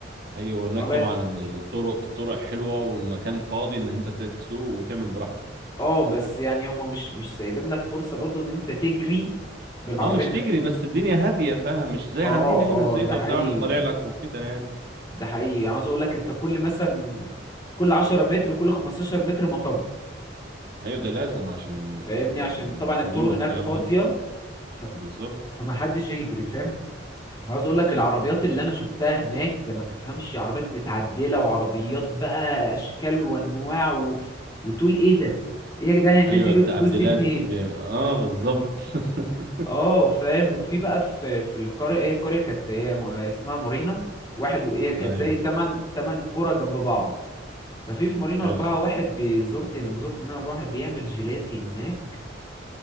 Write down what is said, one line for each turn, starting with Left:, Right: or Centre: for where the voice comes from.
Right: ايوه هناك
Left: عربيات
Right: طبعا ال- ال- الطرق الطرق حلوه والمكان فاضي ان انت تسوق وتعمل براحتك
Left: اه بس يعني هما مش مش سايبين لك فرصة برضو ان انت تجري بالعربية
Right: اه مش
Left: انك
Right: تجري بس الدنيا هاديه فاهم مش زي
Left: اه
Right: عندنا هنا زي
Left: اه ده
Right: ده
Left: حقيقي
Right: وتلاقي واحد طالع لك وكده يعني
Left: ده حقيقي يعني عايز اقول لك انت كل مثلا كل 10 متر كل 15 متر مطب
Right: ايوه ده لازم عشان ال-
Left: فاهمني
Right: ال- ال-
Left: عشان
Right: المواطنين
Left: طبعا الطرق
Right: والكلام
Left: هناك فاضية
Right: ده
Left: ف...
Right: بالظبط
Left: فمحدش يجري فاهم عاوز اقول
Right: بالظبط
Left: لك العربيات اللي انا شفتها هناك ده ما تفهمش عربيات متعدله وعربيات بقى اشكال وانواع و... وتقول ايه ده ايه يا جدعان الناس
Right: ايوه
Left: دي جابت
Right: التعديلات
Left: الفلوس دي منين
Right: دي بي... اه بالظبط <laughs>
Left: اه فاهم وفي بقى في في القريه هي القريه كانت هي م- اسمها مارينا واحد وهي كانت
Right: ايوه
Left: زي تمن تمن قرى جنب بعض ففي في مارينا
Right: حلو
Left: أربعة واحد بزرت لما زرت مارينا أربعة واحد بيعمل جيلاتي هناك